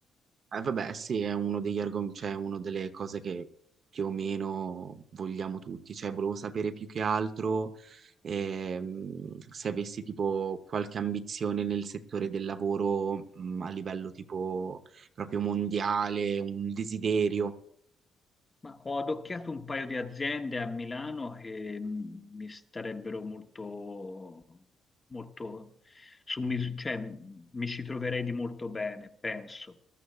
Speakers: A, on the right (about 55°); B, on the left (about 20°).
A: Eh, vabbè, sì, è uno degli argomenti, cioè una delle cose che più o meno vogliamo tutti. Cioè, volevo sapere più che altro ehm, se avessi tipo qualche ambizione nel settore del lavoro mh, a livello tipo proprio mondiale, un desiderio.
B: Ma ho adocchiato un paio di aziende a Milano che mh, mi starebbero molto, molto su mis- cioè, mh, mi ci troverei di molto bene, penso.